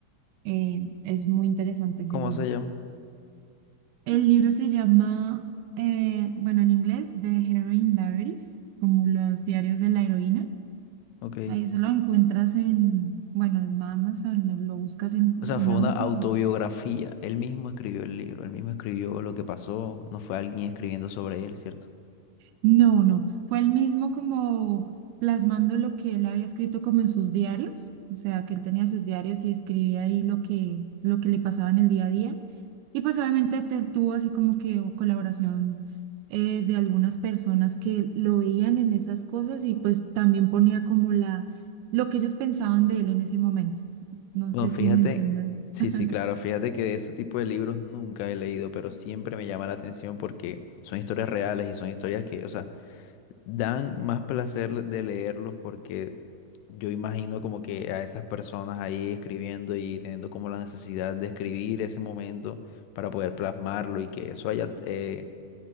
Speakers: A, on the right; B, on the left.
A: Eh, es muy interesante ese
B: ¿Cómo
A: libro.
B: se llama?
A: El libro se llama, eh, bueno, en inglés, The Heroine Diaries, como los diarios de la heroína.
B: Ok.
A: Ahí eso lo encuentras en, bueno, en Amazon, lo lo buscas en,
B: O sea,
A: en
B: fue
A: Amazon.
B: una autobiografía. Él mismo escribió el libro, él mismo escribió lo que pasó, no fue alguien escribiendo sobre él, ¿cierto?
A: No, no, fue el mismo como plasmando lo que él había escrito como en sus diarios, o sea, que él tenía sus diarios y escribía ahí lo que, lo que le pasaba en el día a día. Y pues obviamente te- tuvo así como que o colaboración eh, de algunas personas que lo veían en esas cosas y pues también ponía como la, lo que ellos pensaban de él en ese momento. No
B: Bueno,
A: sé
B: fíjate,
A: si me entienden.
B: sí,
A: <laughs>
B: sí, claro, fíjate que de ese tipo de libros nunca he leído, pero siempre me llama la atención porque son historias reales y son historias que, o sea, dan más placer de leerlos porque yo imagino como que a esas personas ahí escribiendo y teniendo como la necesidad de escribir ese momento para poder plasmarlo y que eso haya, eh,